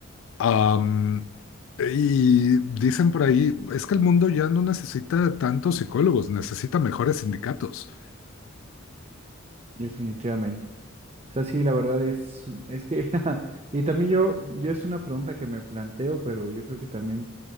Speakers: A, on the left; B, on the right.
A: Am, y dicen por ahí, es que el mundo ya no necesita tantos psicólogos, necesita mejores sindicatos.
B: definitivamente. O sea, sí, la verdad es, es que, <laughs> y también yo, yo es una pregunta que me planteo, pero yo creo que también